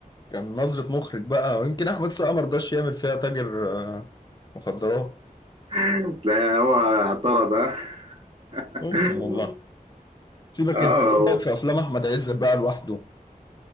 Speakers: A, on the left (about 30°); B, on the right (about 40°).
A: كان نظره مخرج بقى ويمكن احمد السقا ما رضاش يعمل فيها تاجر آه، مخدرات
B: <laughs> تلاقي هو اعترض ده <laughs>
A: ممكن والله سيبك
B: اه
A: انت ايه
B: و-
A: رايك في افلام احمد عز بقى لوحده